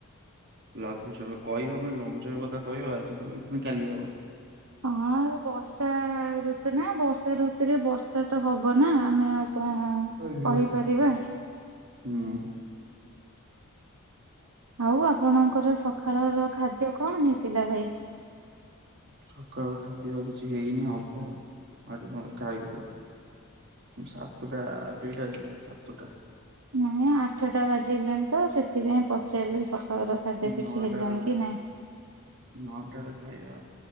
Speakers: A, on the right (about 50°); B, on the right (about 75°).
A: ଲଘୁଚପ କହିହବନି ଲଘୁଚାପ କଥା କହିହବ ଆଜି କମିବ ପୁଣି କାଲି ହବ।
B: ହଁ ବର୍ଷା ଋତୁ ନା ବର୍ଷା ଋତୁରେ ବର୍ଷା ତ ହବ ନା ଆମେ ଆଉ କଣ
A: ଆଜ୍ଞା
B: କହିପାରିବା
A: ଆଜ୍ଞା ହୁଁ
B: ଆଉ ଆପଣଙ୍କର ସକାଳ ର ଖାଦ୍ୟ କଣ ହେଇଥିଲା ଭାଇ?
A: ସକାଳ ଖାଦ୍ୟ କିଛି ହେଇନି ହବ ଆଉ ଟିକେ ପରେ ଖାଇବୁ ଆଉ ସାତୁ ଟା କେଇଟା ବାଜିଲା ସାତୁ ଟା
B: ନାଇଁ ଆଠଟା ବାଜିଲା ତ ସେଥିପାଇଁ ପଚାରିଲି ସ ଘର ଖାଦ୍ୟ କିଛି
A: ନଅଟା
B: ହେଲାଣି
A: ବେଳୁ
B: କି ନାଇଁ।
A: ନଅଟା ଖାଇବା